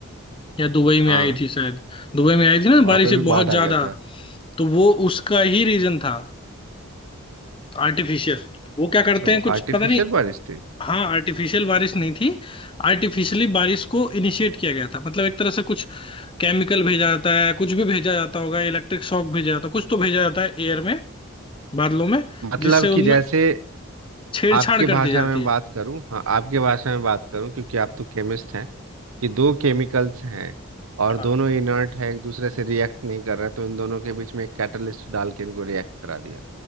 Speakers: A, on the left (about 25°); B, on the right (about 80°).
A: या दुबई में
B: हाँ
A: आई थी शायद दुबई में आई थी ना
B: वहाँ
A: बारिश
B: पे
A: एक
B: भी
A: बहुत
B: बाढ़
A: ज्यादा
B: आ गया था
A: तो वो उसका ही रीजन था आर्टिफिशियल वो क्या करते
B: अच्छा वो
A: हैं कुछ
B: आर्टिफिशियल
A: पता नहीं
B: बारिश थी
A: हाँ आर्टिफिशियल बारिश नहीं थी आर्टिफिशियली बारिश को इनिशिएट किया गया था मतलब एक तरह से कुछ केमिकल भेजा जाता है कुछ भी भेजा जाता होगा इलेक्ट्रिक शॉक भेजा जाता है कुछ तो भेजा जाता है एयर में बादलों में
B: मतलब
A: जिससे
B: कि
A: उनमें
B: जैसे
A: छेड़छाड़
B: आपकी
A: कर
B: भाषा
A: दी जाती
B: में बात करूं हाँ आपकी भाषा में बात करूं क्योंकि आप तो केमिस्ट हैं कि दो केमिकल्स हैं और
A: है
B: दोनों इनर्ट है एक दूसरे से रिएक्ट नहीं कर रहे तो इन दोनों के बीच में एक कैटलिस्ट डाल के इनको रिएक्ट करा दिया